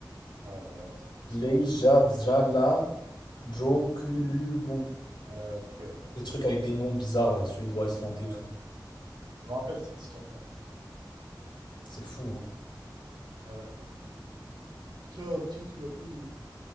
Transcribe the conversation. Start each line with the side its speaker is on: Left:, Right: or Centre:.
Right: Ouais, voilà, c'est impossible.
Left: Leivsfjallajokulubu.
Right: Ouais, ok, ouais, ok,
Left: Des trucs
Right: ok.
Left: avec des noms bizarres là, suédois, islandais et tout.
Right: Ouais, ouais. je me rappelle de cette histoire par contre.
Left: C'est fou, hein.
Right: Ouais. Tiens, un petit truc un peu de.